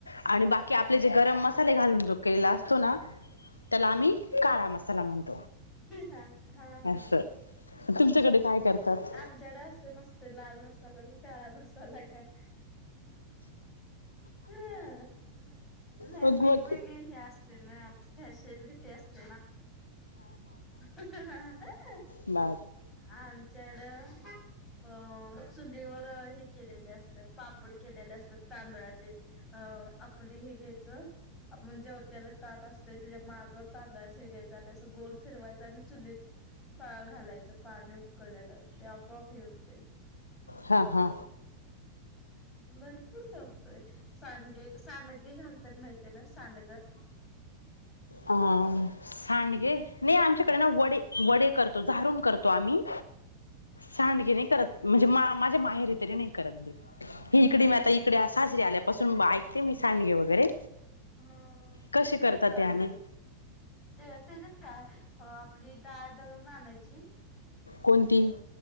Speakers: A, on the left; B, on the left.
A: आणि बाकी आपले जे गरम मसाले घालून जो केलेला असतो ना. त्याला आम्ही काळा मसाला म्हणतो.
B: हा हा हा
A: असं तुमच्याकडे काय? करतात
B: आमच्याकड असे नसते लाल मसाला आणि काळा मसाला काय हम् नाही
A: बघ
B: वेगवेगळी
A: बघ
B: हे असते ना फॅशनची टेस्ट. <inaudible>
A: बा
B: आमच्याकडे अ चुलीवर हे केलेले असतात पापड केलेले असतात तांदळाचे अ आपल हे घ्यायचं आपण जेव <unintelligible> त्याला ताट असतोय त्याच्या माग तांदळाचे असतो गोल फिरवायच आणि चुली घालायचं. पाणी उकळलेलं ते आपोआप हे होतंय.
A: हा हा
B: भरपूर करतोय सांडगे सांडगे घालतात माहितीय ना सांडगं. <inaudible>
A: अ सांडगे नाही आमच्याकडे ना वडे वडे करतो झाारूून करतो आम्ही.
B: <inaudible>
A: सांडगे नाही करत म्हणजे मा माझ्या माहेरी तरी नाही करत बाई. ही इकडे मी आता इकडे सासरी आल्या पासून ऐकते मी सांडगे वगैरे
B: हा
A: कसे
B: तिकट
A: करतात
B: सांडगे
A: ते आणि
B: ते त्याच्यात काय आपली डाळ दळून आणायची
A: कोणती?